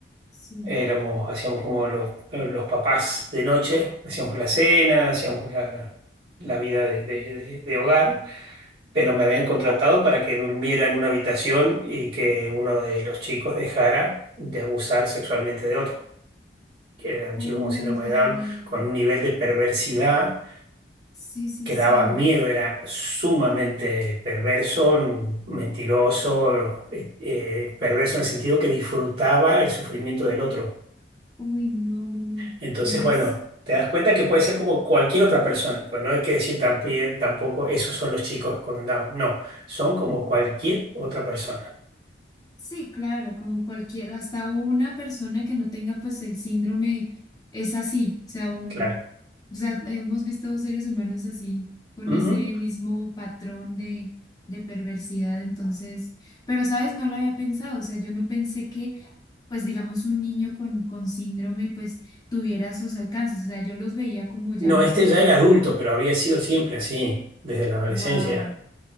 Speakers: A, on the left; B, on the right.
A: Sí.
B: éramos, hacíamos como los, eh, los papás de noche, hacíamos la cena, hacíamos la, la vida de, de- de- de hogar, pero me habían contratado para que durmiera en una habitación y que uno de los chicos dejara de abusar sexualmente de otro, que era un
A: Oh
B: chico con
A: my
B: síndrome
A: God.
B: de Down, con un nivel de perversidad
A: Sí, sí,
B: que
A: sí.
B: daba miedo, era sumamente perverso, n- mentiroso, eh, eh, perverso en el sentido que disfrutaba el sufrimiento del otro.
A: Uy, no, no, no.
B: Entonces,
A: Me dejas.
B: bueno, te das cuenta que puede ser como cualquier otra persona, pues no hay que decir también, tampoco esos son los chicos con Down, no, son como cualquier otra persona,
A: Sí, claro, como cualquiera, hasta una persona que no tenga pues el síndrome es así, o sea, un,
B: claro.
A: o sea, hemos visto seres humanos así, con
B: Ujú.
A: ese mismo patrón de, de perversidad, entonces, pero sabes, no lo había pensado, o sea, yo no pensé que pues digamos un niño con, con síndrome pues tuviera esos alcances, o sea, yo los veía como ya
B: No,
A: muy,
B: este ya era adulto, pero había sido siempre así, desde la adolescencia.
A: wow,